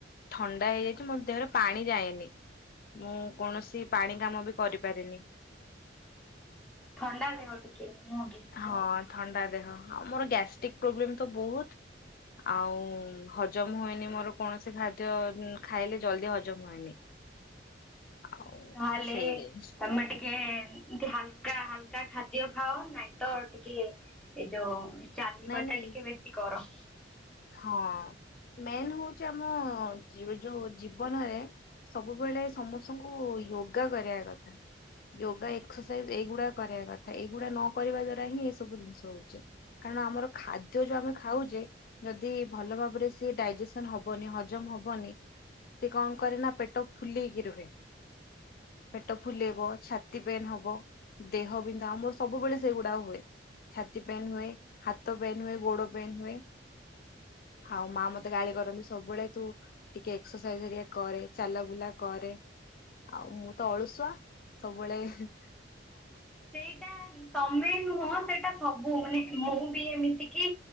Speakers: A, on the left; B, in the centre.
A: ଥଣ୍ଡା ହେଇଯାଇଛି ମୋ ଦେହରେ ପାଣି ଯାଇନି। ମୁଁ କୌଣସି ପାଣି କାମ ବି କରିପାରେନି।
B: ଥଣ୍ଡା ଦେହ ଟିକେ। ମୁହଁ କି
A: ହଁ ଥଣ୍ଡା ଦେହ ମୋର ଗ୍ୟାଷ୍ଟ୍ରିକ ପ୍ରୋବ୍ଲେମ ତ ବହୁତ। ଆଉ ଉଁ ହଜମ ହୁଏନି ମୋର କୌଣସି ଖାଦ୍ୟ ଉଁ ଖାଇଲେ ଜଲଦି ହଜମ ହୁଏନି। <unintelligible>
B: ତାହେଲେ
A: ସେଇ ଜିନିଷ
B: ତମେ ଟି କେ ଏମିତି ହାଲକା ହାଲକା ଖାଦ୍ୟ ଖାଅ ନାଇଁ ତ ଟିକେ ଏ ଯୋଉ। ଚାଲିବା
A: ନାଇଁ ନାଇଁ
B: ଟା ଟିକେ ବେଶୀ କର।
A: ହଁ। ମେନ୍ ହଉଛି ଆମ ଯୋ-ଯୋଉ ଜୀବନରେ। ସବୁବେଳେ ସମସ୍ତଙ୍କୁ ୟୋଗା କରିବା କଥା। ଯୋଗା ଏକ୍ସରସାଇଜ ଏଇଗୁଡା କରିବା କଥା ଏଇଗୁଡା ନ କରିବା ଦ୍ଵାରା ହିଁ ଏସବୁ ଜିନିଷ ହଉଚି। କାରଣ ଆମର ଖାଦ୍ୟ ଯୋଉ ଆମେ ଖାଉଛେ। ଯଦି ଭଲ ଭାବରେ ସିଏ ଡାଇଜେସନ ହବନି ହଜମ ହବନି। ସେ କଣ କରେ ନା ପେଟ ଫୁଲେଇକି ରୁହେ। ପେଟ ଫୁଲେଇବ ଛାତି ପେନ୍ ହବ। ଦେହ ବିନ୍ଧା ଆଉ ମୋର ସବୁବେଳେ ସେଇଗୁଡା ହୁଏ। ଛାତି ପେନ୍ ହୁଏ ହାତ ପେନ ହୁଏ ଗୋଡ ପେନ୍ ହୁଏ। ଆଉ ମା ମତେ ଗାଳି କରନ୍ତି ସବୁବେଳେ ତୁ ଟିକେ ଏକ୍ସରସାଇଜ ହେଲେ କରେ ଚାଲା ବୁଲା କରେ। ଆଉ ମୁଁ ତ ଅଳୁସୁଆ ସବୁବେଳେ ହେ।
B: ସେଇଟା ତମେ ନୁହଁ ସେଇଟା ସବୁ ମାନେ ମୁଁ ବି ଏମିତି କିି